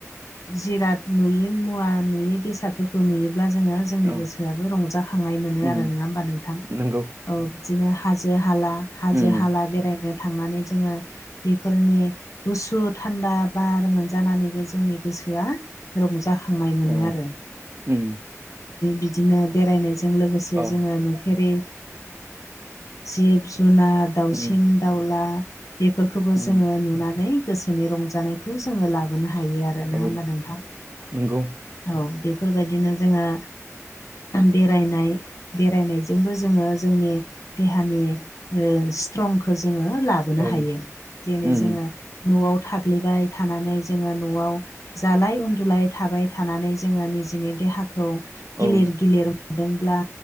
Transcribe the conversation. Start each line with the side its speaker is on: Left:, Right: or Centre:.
Left: जिराद नुयि मुवा नुयै बेसादफोरखौ नुयोब्ला जोङो जोंनि
Right: औ
Left: गोसोआबो रंजाखांनाय मोनो
Right: उम
Left: आरो नङा होमबा नोंथां
Right: नंगौ
Left: औ बिदिनो हाजो हाला हाजो
Right: उम
Left: हाला बेरायनो थांनानै जोङो बेफोरनि गुसु थान्दा बार मोनजानानैबो जोंनि गोसोआ रंजा थांनाय मोनो
Right: औ
Left: आरो
Right: उम
Left: बिदिनो बेरायनायजों लोगोसे
Right: अ
Left: जोङो नु फेरै जिब जुनार दाउसिन
Right: उम
Left: दाउला बेफोरखौबो
Right: उम
Left: जोङो नुनानै गोसोनि रंजानायखौ जोङो लाबोनो हायो आरो नङा
Right: औ
Left: होमबा नोंथां
Right: नंगौ
Left: औ बेफोरबायदिनो जोङो बेरायनाय बेरायनायजोंबो जो जोंनि देहानि स्ट्रंखौ जों लाबो लाबोनो
Right: औ
Left: हायो जेरै
Right: उम
Left: जोङो न'आव थाग्लिबाय थानानै जोङो न'आव जालाय उन्दुलाय थाबाय थानानै जोङो निजिनि देहाखौ
Right: औ
Left: गिलिर गिलिर मोनदोंब्ला